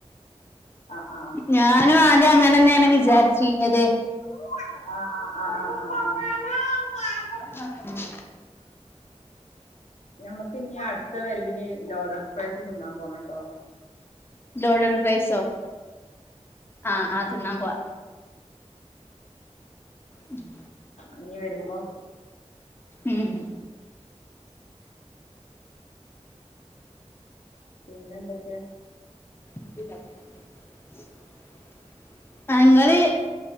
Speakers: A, on the left; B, on the left.
A: ആഹ്
B: ഞാനും ആദ്യങ്ങനെ ന്നെണ് വിചാര്ച്ചീന്യത്
A: ആഹ് ആഹ് ആഹ് ആഹ് ആഹ് ആഹ് ആഹ്
B: ഉം
A: ഞമ്മക്ക് ഞ് അട്ത്ത വരവിന് ലോഡഡ് ഫ്രൈസ് തിന്നാൻ പോണട്ടോ
B: ലോഡഡ് ഫ്രൈസോ ആഹ് ആഹ് തിന്നാൻ പോവാ. ഉം
A: ഇഞ്ഞ് വെരുമ്പം
B: ഉം
A: പിന്നെന്തെക്കെ?
B: <unintelligible> ആഹ് ഇങ്ങള്